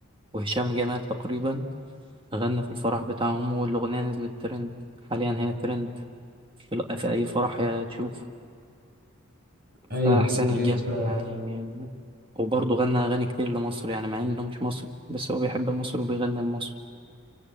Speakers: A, on the right (about 25°); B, on the right (about 45°).
A: وهشام جمال تقريبا غنى في الفرح بتاعهم والأغنية نزلت ترند حاليا هي ترند في في أي فرح يا تشوف
B: ايوه
A: فحسين
B: ايوه
A: الجسمي
B: فعلا
A: يعني وبرضه غنى أغاني كتير لمصر يعني مع إنه مش مصري بس هو بيحب مصر وبيغني لمصر